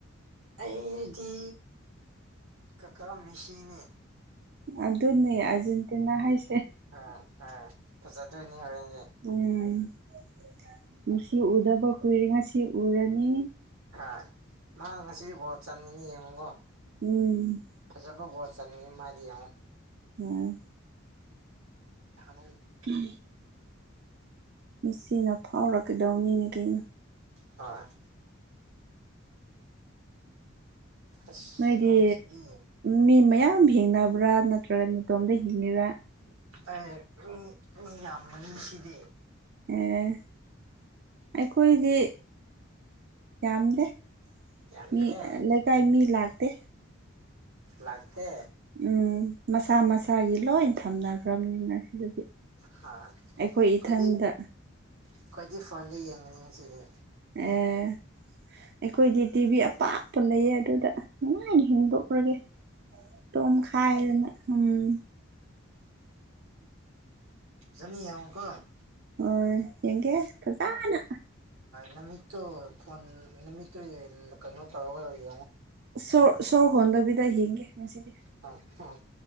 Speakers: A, on the right; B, on the right.
A: ꯑꯩꯗꯤ ꯀꯀꯥ ꯃꯤꯁꯤꯅꯤ
B: ꯑꯗꯨ ꯑꯗꯨꯅꯤ ꯑꯔꯖꯦꯟꯇꯤꯅꯥ ꯍꯥꯏꯁꯦ
A: ꯑꯥ ꯑꯥ ꯐꯖꯗꯣꯏꯅꯤ ꯍꯣꯔꯦꯟꯁ
B: ꯎꯝ ꯁꯤ ꯎꯗꯕ ꯀꯨꯏꯔꯤꯉꯥ ꯁꯤ ꯎꯔꯅꯤ
A: ꯍ ꯃꯥ ꯉꯁꯤꯗꯤ ꯒꯣꯠ ꯆꯟꯅꯤꯅꯤ ꯌꯦꯡꯉꯨꯀꯣ
B: ꯎꯝ
A: ꯐꯖꯕ ꯠ ꯆꯅꯤ ꯃꯥꯗꯤ ꯌꯥꯝ
B: ꯑꯣꯝ
A: <unintelligible>
B: ꯎꯝ ꯃꯤꯆꯅ ꯐꯥꯎꯔꯛꯀꯗꯧꯅꯤꯅꯦ ꯀꯩꯅꯣ
A: ꯍꯥ ꯑꯁ
B: ꯃꯣꯏꯗꯤ
A: ꯅꯣꯡꯁꯤꯗꯤ
B: ꯃꯤ ꯃꯌꯥꯝ ꯍꯤꯡꯅꯕ꯭ꯔꯥ ꯅꯠꯇ꯭ꯔꯒ ꯃꯇꯣꯝꯗ ꯍꯤꯡꯉꯔꯥ
A: ꯑꯩ ꯃꯤ ꯃꯤ ꯌꯥꯝ ꯂꯩꯁꯤꯗꯤ
B: ꯑꯦ ꯑꯩꯈꯣꯏꯗꯤ ꯌꯥꯝꯗꯦ
A: ꯌꯥꯝꯗꯦ
B: ꯃꯤ ꯂꯩꯀꯥꯏ ꯃꯤ ꯂꯥꯛꯇꯦ
A: ꯂꯥꯛꯇꯦ
B: ꯎꯝ ꯃꯁꯥ ꯃꯁꯥꯒꯤ ꯂꯣꯏ ꯊꯝꯅꯈ꯭ꯔꯕꯅꯤꯅ ꯁꯤꯗꯗꯤ
A: ꯍꯥ
B: ꯑꯩꯈꯣꯏ
A: ꯑꯩꯈꯣꯏꯗꯤ
B: ꯏꯊꯟꯗ
A: ꯑꯩꯈꯣꯏꯗꯤ ꯐꯟꯗ ꯌꯦꯡꯔꯤꯉꯤꯁꯤꯒ
B: ꯑꯦ ꯑꯩꯈꯣꯏꯗꯤ ꯇꯤꯚꯤ ꯑꯄꯥꯛꯄ ꯂꯩꯌꯦ ꯑꯗꯨꯗ ꯅꯨꯡꯉꯥꯏꯅ ꯍꯤꯡꯕꯎꯔꯒꯦ ꯇꯣꯝ ꯈꯥꯏꯗꯅ ꯎꯝ
A: ꯑ ꯅꯤ ꯌꯥꯨꯀꯣ
B: ꯑꯣ ꯌꯦꯡꯒꯦ ꯐꯇꯥꯅ
A: ꯅꯨꯃꯤꯠꯇ ꯐꯣꯟ ꯅꯨꯃꯤꯠꯇ ꯀꯩꯅꯣ ꯇꯧꯔꯒ ꯂꯩ
B: ꯁꯣꯔ ꯁꯣꯔ ꯍꯣꯟꯗꯕꯤꯗ ꯍꯡꯒꯦ ꯉꯁꯤꯗꯤ
A: ꯍ ꯑ